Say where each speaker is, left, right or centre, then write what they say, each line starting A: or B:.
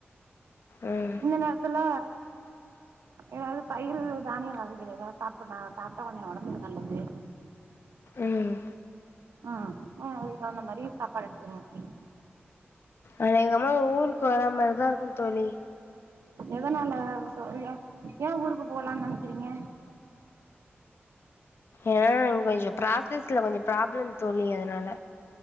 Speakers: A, on the left; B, on the right.
A: ம்
B: இந்த நேரத்துல ஏதாவது பயிரு தானிய வகைகள் ஏதாவது சாப்பட்னு சாப்பிட்டா கொஞ்சொ ஒடம்புக்கு நல்லது
A: ம்
B: ம் ம் அதுக்கு தகுந்த மாரி சாப்பாடு எடுத்துங்க தோழி
A: அநேகமா ஊருக்கு வரா மாரிதா இருக்கு தோழி
B: எதனால தோழி ஏ ஊருக்கு போலானு நெனைக்கிறீங்க
A: ஏனா கொஞ்சொ ப்ராசஸ்ல கொஞ்சொ ப்ராப்ளம் தோழி அதனால